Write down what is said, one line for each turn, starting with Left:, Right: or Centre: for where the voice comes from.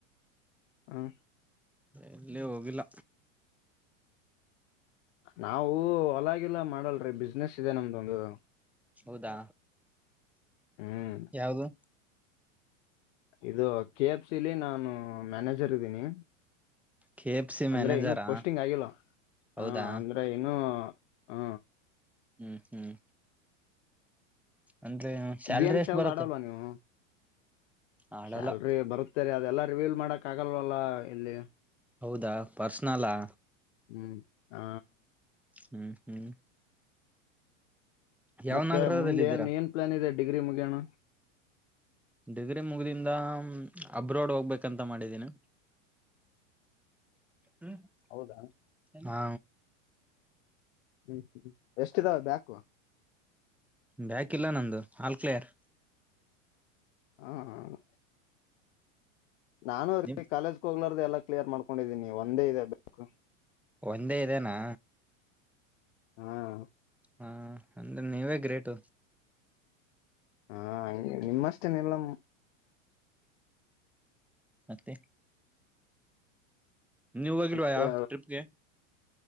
Left: ಹ
Centre: ಎಲ್ಲಿ ಹೋಗಿಲ್ಲ
Left: ನಾವೂ ಹೊಲಾಗಿಲ್ಲ ಮಾಡಲ್ರಿ ಬಿಸ್ನೆಸ್ ಇದೆ ನಮ್ದೊಂದು ಒಂದು
Centre: ಹೌದಾ
Left: ಹ್ಮ್
Centre: ಯಾವುದು
Left: ಇದು ಕೆ ಎಫ್ ಸಿಲಿ ನಾನು ಮ್ಯಾನೇಜರ್ ಇದ್ದೀನಿ
Centre: ಕೆ ಎಫ್ ಸಿ
Left: ಅಂದ್ರೆ
Centre: ಮ್ಯಾನೇಜರಾ
Left: ಇನ್ನು ಪೋಸ್ಟಿಂಗ್ ಆಗಿಲ್ಲ
Centre: ಹೌದಾ
Left: ಹ ಅಂದ್ರೆ ಇನ್ನು ಹಾ
Centre: ಹ್ಮ್ ಹ್ಮ್ ಅಂದ್ರೆ ಸ್ಯಾಲ್ರಿ
Left: ಗೇಮ್ಸ್
Centre: ಎಷ್ಟು
Left: ಯಾವ್ದ್
Centre: ಬರುತ್ತೆ
Left: ಆಡಲ್ವಾ ನೀವು
Centre: ಆಡಲ್ಲ
Left: ಸ್ಯಾಲ್ರಿ ಬರುತ್ತರಿ ಅದೆಲ್ಲ ರಿವ್ಯೂಲ್ ಮಾಡಕ್ ಆಗಲ್ವಲ್ಲ ಇಲ್ಲಿ
Centre: ಹೌದಾ ಪರ್ಸ್ನಲಾ
Left: ಹ್ಮ್ ಹ
Centre: ಹ್ಮ್ ಹ್ಮ್ ಯಾವ
Left: ಮತ್ತೆ
Centre: ನಗರದಲ್ಲಿ
Left: ಮುಂದೆ
Centre: ಇದ್ದೀರಾ
Left: ಏನ್ ಏನ್ ಪ್ಲಾನ್ ಇದೆ ಡಿಗ್ರಿ ಮುಗಿಯೋಣ
Centre: ಡಿಗ್ರಿ ಮುಗ್ದಿಂದ ಅಬ್ರೋಡ್ ಹೋಗ್ಬೇಕಂತ ಮಾಡಿದೀನಿ ಹ್ಮ
Left: ಹೌದಾ
Centre: ಹಾ
Left: ಹ್ಮ್ ಹ್ಮ್ ಎಷ್ಟ ಇದಾವ ಬ್ಯಾಕು
Centre: ಬಕ್ ಇಲ್ಲ ನಂದು ಆಲ್ ಕ್ಲಿಯರ್
Left: ಹ್ಮ ಹ್ಮ ನಾನು್ರೀ
Centre: ನಿಮ್
Left: ಕಾಲೇಜ್ಗೆ ಹೋಗ್ಲಾರ್ದ ಎಲ್ಲ ಕ್ಲಿಯರ್ ಮಾಡ್ಕೊಂಡಿದ್ದೀಿ ಒಂದೇ ಇದೆ ಬ್ಯಾಕು
Centre: ಒಂದೇ ಇದನಾ
Left: ಹ್ಮ್
Centre: ಹಾ ಅಂದ್ರೆ ನೀವೇ ಗ್ರೇಟು
Left: ಹಾ ನಿಮ್ಮಷ್ಟೇನೆಲ್ಲ
Centre: ಮತ್ತೆ ನೀವುೋಗಲ್ವಾ
Left: ಮತ್ತೆ
Centre: ಯ ಟ್ರಿಪ್ಗೆ